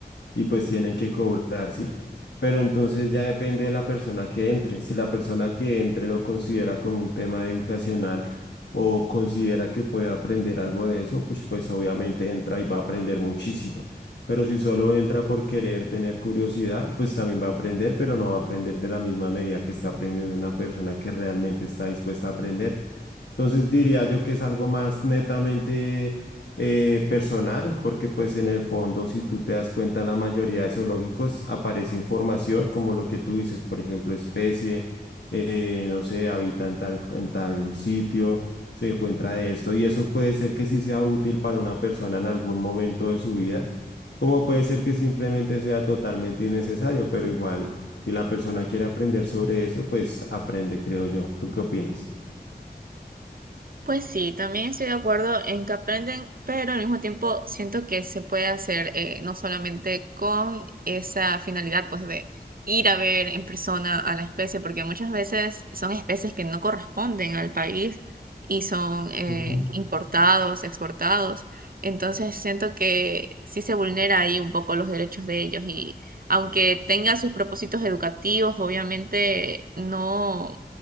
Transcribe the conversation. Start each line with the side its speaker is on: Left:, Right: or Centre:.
Left: y pues tienen que cobrar, ¿sí? Pero entonces ya depende de la persona que entre. Si la persona que entre lo considera como un tema educacional o considera que puede aprender algo de eso, pues, pues obviamente entra y va a aprender muchísimo. Pero si solo entra por querer tener curiosidad, pues también va a aprender, pero no va a aprender de la misma medida que está aprendiendo una persona que realmente está dispuesta a aprender. Entonces diría yo que es algo más netamente eh, personal, porque pues en el fondo, si tú te das cuenta, en la mayoría de zoológicos aparece información como lo que tú dices, por ejemplo, especie, eh, no sé, habita en tal, en tal sitio, se encuentra de esto, y eso puede ser que sí sea útil para una persona en algún momento de su vida, como puede ser que simplemente sea totalmente innecesario, pero igual, si la persona quiere aprender sobre eso, pues aprende, creo yo. ¿Tú qué opinas?
Right: Pues sí, también estoy de acuerdo en que aprenden, pero al mismo tiempo siento que se puede hacer eh, no solamente con esa finalidad pues de ir a ver en persona a la especie, porque muchas veces son especies que no corresponden al país y son eh,
Left: Ujú.
Right: importados, exportados. Entonces siento que sí se vulnera ahí un poco los derechos de ellos y aunque tenga sus propósitos educativos, obviamente no